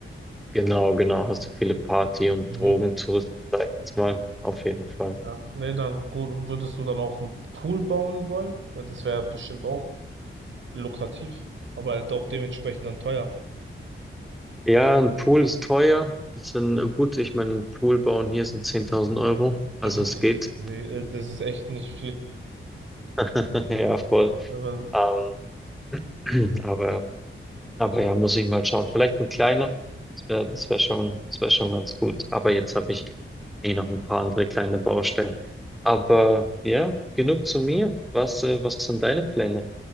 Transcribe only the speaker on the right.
Mhm.
Ja. Nee, dann gut, würdest du dann auch einen Pool bauen wollen? Weil das wäre bestimmt auch lukrativ, aber halt auch dementsprechend dann teuer.
Ja,
das-
nee, äh, das ist echt nicht viel.
Aber,